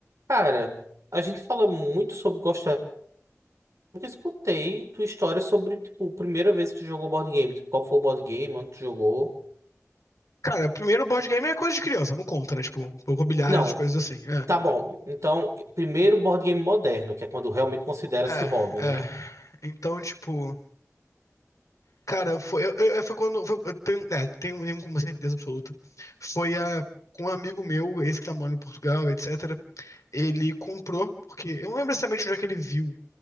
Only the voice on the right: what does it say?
Cara, a gente fala muito sobre gostar. Nunca escutei tua história sobre, tipo, a primeira vez que tu jogou board game. Tipo, qual foi o board game, onde tu jogou.
Não,
tá bom. Então, primeiro board game moderno, que é quando realmente considera-se
hobby, né?